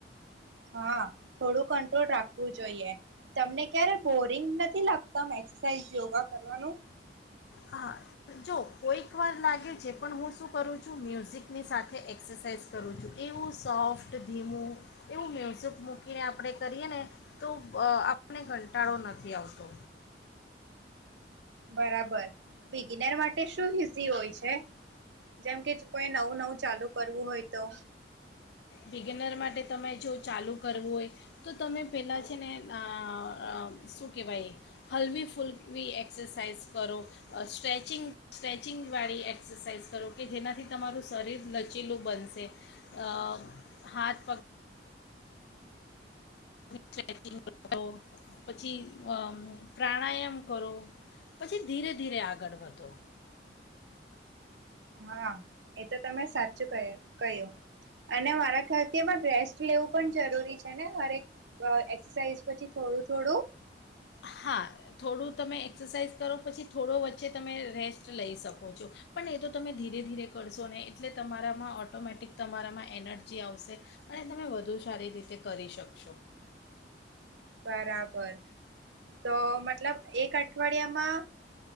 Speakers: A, on the right; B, on the left.
A: હા થોડું કંટ્રોલ રાખવું જોઈએ તમને ક્યારે બોરિંગ નથી લાગતા એક્રસાઇઝ યોગા કરવાનું.
B: હા જો કોઈક વાર લાગે છે પણ હું શું કરું છું મ્યુઝિકની સાથે એક્સરસાઇઝ કરું છું એવું સોફ્ટ ધીમું એવું મ્યુઝિક હું કીને આપણે કરીએ ને તો આપણને કંટાળો નથી આવતો.
A: બરાબર બિગિનર માટે શું ઇઝી હોય છે. જેમ કે કોઈ નવું નવું ચાલુ કરવું હોય તો.
B: બિગેનર માટે તમે જો ચાલુ કરવું હોય તો તમે પહેલાં છે આ અ ને શું કહેવાય હળવી ફૂલવી એક્સરસાઇઝ કરો સ્ટ્રેચિંગ સ્ટ્રેચિંગવાળી એક્સરસાઇઝ કરો કે જેનાથી તમારું શરીર લચીલું બનશે અ હાથ પગ સ્ટ્રેચિંગ કરો પછી અ પ્રાણાયામ કરો પછી ધીરે ધીરે આગળ વધો.
A: હા એ તો તમે સાચું કહ્યું. અને મારા ખાતે પણ રેસ્ટ લેવું પણ જરૂરી છે ને હરેક એસરસાઇઝ પછી થોડું થોડું.
B: હા થોડું તમે એક્સરસાઇઝ કરો પછી થોડો વચ્ચે તમે રેસ્ટ લઈ શકો છો પણ એ તો તમે ધીરે ધીરે કરશો ને એટલે તમારામાં ઓટોમેટિક તમારામાં એનર્જી આવશે અને તમે વધુ સારી રીતે કરી શકશો.
A: બરાબર તો મત લબ એક અઠવાડિયામાં